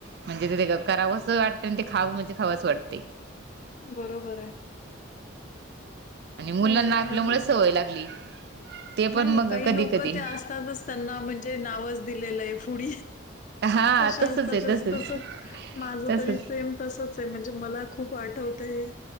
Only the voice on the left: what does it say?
बरोबर आहे.
नाही म्हणजे
नाही
काही
लोक
ते असतातच त्यांना म्हणजे नावच दिलेलं आहे पुढ.
तशी
असतातच
तस माझ
तरी सेम. तसच आहे म्हणजे मला खूप आठवतंय.